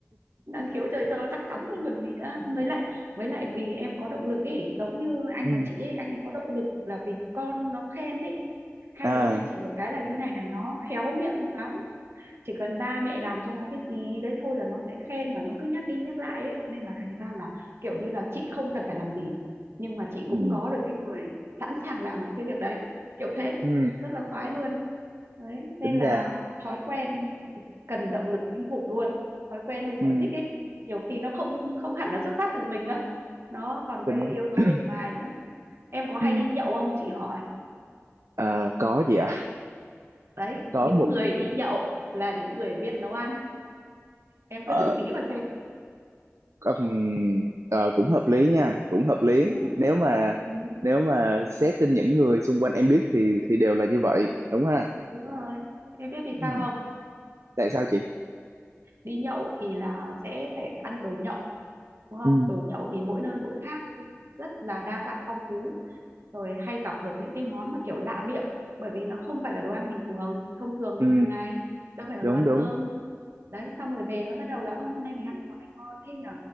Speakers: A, on the right (about 60°); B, on the right (about 80°).
A: đang khiếu trời cho chắc chắn rồi còn gì nữa với lại với lại vì em có động lực ấy giống như anh
B: ừ.
A: nhà chị ấy anh ấy có động lực là vì con nó khen ấy hai
B: à
A: đứa nhà chị được cái là như này này nó khéo miệng lắm chỉ cần ba mẹ làm cho nó cái gì đấy thôi là nó sẽ khen và nó cứ nhắc đi nhắc lại ấy nên là thành ra là kiểu như là chị không cần phải làm gì nhưng mà chị
B: ừ.
A: cũng có được cái người sẵn sàng làm những cái việc đấy kiểu thế
B: ừ,
A: rất là khoái luôn đấy nên
B: tính
A: là
B: ra
A: thói quen cần động lực kinh khủng luôn thói quen hay
B: ừ,
A: sở thích ấy nhiều khi nó không không hẳn là xuất phát từ mình đâu nó còn
B: tính
A: cái yếu tố
B: <clears throat>
A: bên ngoài nữa em có hay
B: ừ.
A: đi nhậu không chị hỏi
B: Ờ, có gì ạ
A: đấy những
B: có một
A: người đi nhậu là những người biết nấu ăn em
B: ờ,
A: cứ thử nghĩ mà xem
B: có- ừm, ờ, cũng hợp lý nha cũng hợp lý
A: ừ,
B: nếu mà
A: ừ,
B: nếu mà xét trên những người xung quanh em biết thì thì đều là như vậy đúng ha
A: đúng rồi em biết vì sao
B: ừ.
A: không
B: tại sao chị
A: đi nhậu thì là sẽ phải ăn đồ nhậu đúng không
B: ừ.
A: đồ nhậu thì mỗi nơi mỗi khác rất là đa dạng phong phú rồi hay gặp được những cái món mà kiểu lạ miệng bởi vì nó không phải là đồ ăn bình thường thông thường
B: Ừ.
A: hàng ngày đâu phải là
B: đúng
A: đồ ăn
B: đúng
A: cơm đấy xong rồi về mới bắt đầu là ông hôm nay mình ăn món này ngon thế nhở